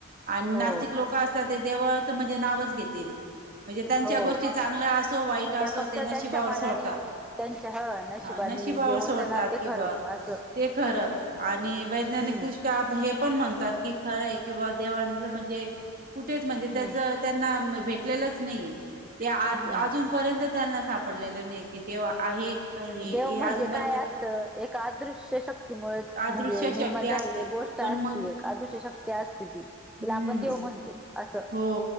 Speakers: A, on the right; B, in the centre.
A: आणि
B: हो
A: नास्तिक लोक असत्यात ते ते देवाचं म्हणजे नावच घेतेे म्हणजे त्यांच्या
B: हो
A: गोष्टी चांगल्या असो वाईट असो
B: त्या फक्त
A: ते नशिबावर
B: त्यांच्या मनाने
A: सोडता
B: त्यांच्या ह नशिबाने
A: नशिबावर
B: जे होतं
A: सोडतात
B: ना ते
A: किंवा
B: खरं असं
A: ते खरं आणि वैद्यानिक
B: हम्म
A: दृष्ट्या हे पण म्हणतात की खरं आहे किंवा देवांच जर म्हणजे कुठेच म्हणजे
B: हम्म
A: त्याच त्यांना भेटलेलंच नाहीे ते
B: हम्म
A: अजूनपर्यंत त्यांना सापडलेले नाही कि देव आहे का हे
B: देव
A: हे
B: म्हणजे
A: अजूनपर्यंत
B: काय असतं एका अदृश्य शक्तीमुळे
A: अदृश्य
B: म्हणजे निर्माण
A: शक्ती
B: झालेली
A: असते
B: एक गोष्ट
A: पण
B: असते
A: मग
B: एक अदृश्य शक्ती असते ती तिला
A: हम्म
B: आपण देव म्हणतो असं
A: हो